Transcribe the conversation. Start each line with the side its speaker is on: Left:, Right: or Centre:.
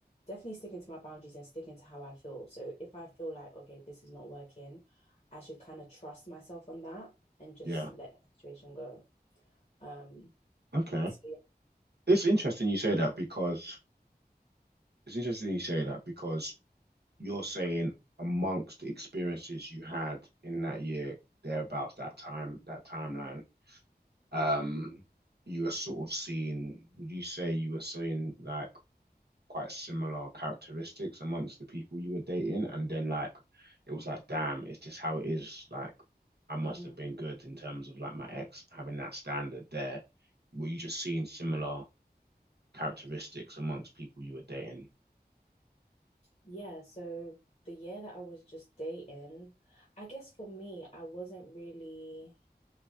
Left: definitely sticking to my boundaries and sticking to how I feel. So if I feel like okay, this is not working, I should kind of trust myself on that and just
Right: yeah.
Left: let the situation go. Um,
Right: Okay.
Left: so
Right: It's interesting you say that because it's interesting you say that because you're saying amongst the experiences you had in that year, thereabouts that time, that timeline, um, you were sort of seeing, would you say you were seeing like quite similar characteristics amongst the people you were dating? And then like it was like, damn, it's just how it is. Like I must
Left: Mhm.
Right: have been good in terms of like my ex having that standard there. Were you just seeing similar characteristics amongst people you were dating?
Left: Yeah, so the year that I was just dating, I guess for me, I wasn't really,